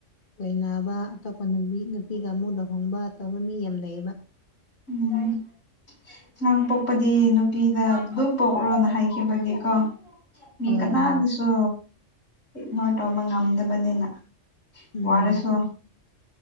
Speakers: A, on the left; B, on the left.
A: ꯑꯣꯏꯅꯅꯕ ꯑꯇꯣꯞꯄ ꯅꯨꯃꯤ ꯅꯨꯄꯤꯒ ꯑꯃꯨꯛ ꯂꯨꯍꯣꯡꯕ ꯇꯧꯕ ꯃꯤ ꯌꯥꯝ ꯂꯩꯌꯦꯕ
B: ꯎꯝ ꯑꯅꯥꯡ ꯄꯣꯛꯄꯗꯤ ꯅꯨꯄꯤꯗ ꯑꯗꯨꯝ ꯄꯣꯛꯔꯣꯅ ꯍꯥꯏꯈꯤꯕꯒꯤ ꯀꯣ ꯃꯤ
A: ꯍꯣꯏ
B: ꯀꯅꯥꯗꯁꯨ
A: ꯍꯣꯏ
B: ꯏꯒꯅꯣꯔ ꯇꯧꯕ ꯉꯝꯗꯕꯅꯤꯅ
A: ꯎꯝ
B: ꯋꯥꯔꯁꯨ